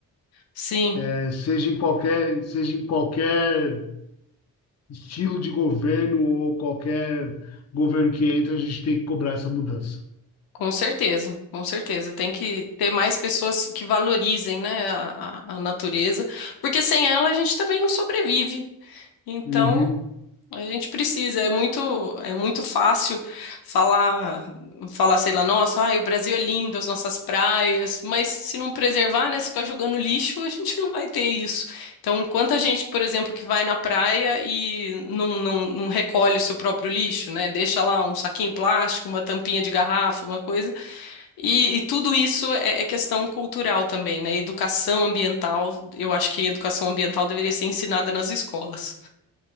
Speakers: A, on the left; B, on the left.
A: Sim,
B: eh, seja em qualquer, seja em qualquer estilo de governo ou qualquer governo que entra, a gente tem que cobrar essa mudança.
A: com certeza, com certeza. Tem que ter mais pessoas que valorizem, né, a, a a natureza, porque sem ela a gente também não sobrevive. Então,
B: Uhum,
A: A gente precisa, é muito, é muito fácil falar, falar, sei lá, nossa, ai, o Brasil é lindo, as nossas praias, mas se não preservar, né, se ficar jogando lixo, a gente não vai ter isso. Então, quanta gente, por exemplo, que vai na praia e não, não, não recolhe o seu próprio lixo, né, deixa lá um saquinho plástico, uma tampinha de garrafa, uma coisa, e, e tudo isso é, é questão cultural também, né, educação ambiental, eu acho que educação ambiental deveria ser ensinada nas escolas.